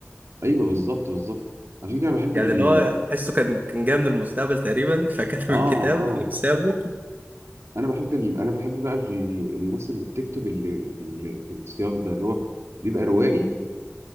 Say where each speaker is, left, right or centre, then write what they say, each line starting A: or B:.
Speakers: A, on the right; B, on the right.
A: ايوه بالظبط بالظبط عشان كده
B: <laughs>
A: بحب
B: يعني
A: ال
B: اللي هو تحسه كان كان جاي من المستقبل تقريبا فكتب
A: اه
B: الكتاب
A: اه
B: <laughs> وسابه
A: انا بحب ال... انا بحب بقى ال- الناس اللي بتكتب اللي في ال- في السياق ده اللي هو بيبقى روائي